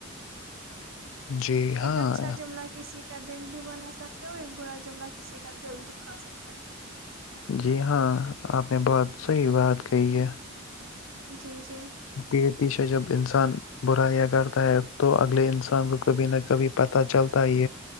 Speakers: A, on the left; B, on the right.
A: جی ہاں
B: ایک اچھا جملہ کسی کا دن بھی بنا سکتے اور ایک برا جملہ کسی کا دل دکھا سکتا ہے
A: جی ہاں آپ نے بہت صحیح بات کہی ہے
B: جیی
A: پ پیچھا جب انسان برا یا کرتا ہے تو اگلے انسان کو کبھی نہ کبھی پتا چلتا ہی